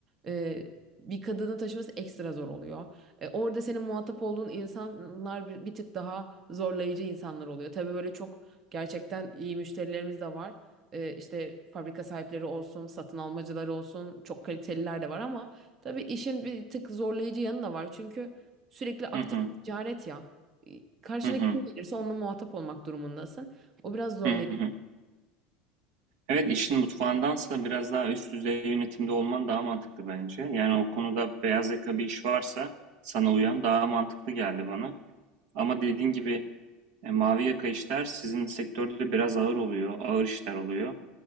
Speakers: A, on the right (about 30°); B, on the right (about 65°).
A: E, bir kadının taşıması ekstra zor oluyor. E, orada senin muhatap olduğun insanlar bir, bir tık daha zorlayıcı insanlar oluyor. Tabii böyle çok gerçekten iyi müşterilerimiz de var. E, işte fabrika sahipleri olsun, satın almacıları olsun, çok kaliteliler de var ama tabii işin bir tık zorlayıcı yanı da var. Çünkü sürekli aktif
B: Hı hı.
A: bir ticaret ya. E, Karşına
B: Hı hı.
A: kim gelirse onunla muhatap olmak durumundasın. O biraz zorlayıcı.
B: Hı hı.
A: oluyor.
B: Evet, işin mutfağındansa biraz daha üst düzey yönetimde olman daha mantıklı bence. Yani o konuda beyaz yaka bir iş varsa sana uyan daha mantıklı geldi bana. Ama dediğin gibi e, mavi yaka işler sizin sektörde biraz ağır oluyor, ağır işler oluyor.